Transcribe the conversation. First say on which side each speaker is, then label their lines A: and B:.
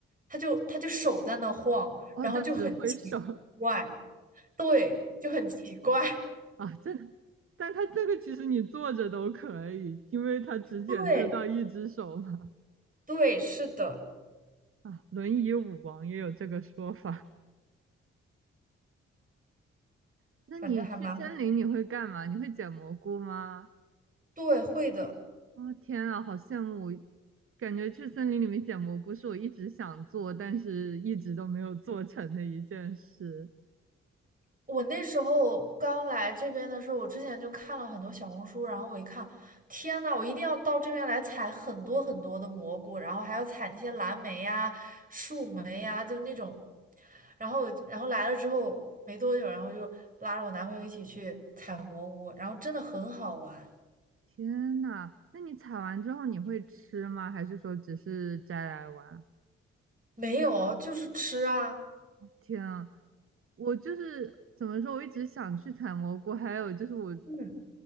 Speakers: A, on the right (about 30°); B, on the right (about 45°).
A: 他就他就手在那晃，
B: 哦，
A: 然后就很奇
B: 就只挥手
A: 怪，对，就很奇怪，
B: <laughs> 啊，这，但他这个其实你坐着都可以，因为他只检测到一只手嘛。
A: <laughs> 对。对，是的，
B: 啊，轮椅舞王也有这个说法。<laughs> 那你去森林你会干嘛？
A: 反正还蛮好。
B: 你会捡蘑菇吗？
A: 对，会的。
B: 哦，天啊，好羡慕！我感觉去森林里面捡蘑菇是我一直想做，但是一直都没有做成的一件事。
A: 我那时候刚来这边的时候，我之前就看了很多小红书，然后我一看，天呐，我一定要到这边来采很多很多的蘑菇，然后还要采那些蓝莓呀、树莓呀，就那种。然后然后来了之后没多久，然后就拉着我男朋友一起去采蘑菇，然后真的很好玩。
B: 天呐，那你采完之后你会吃吗？还是说只是摘来玩？
A: 没有，就是吃啊。
B: 天啊，我就是怎么说，我一直想去采蘑菇，还有就是我
A: 嗯。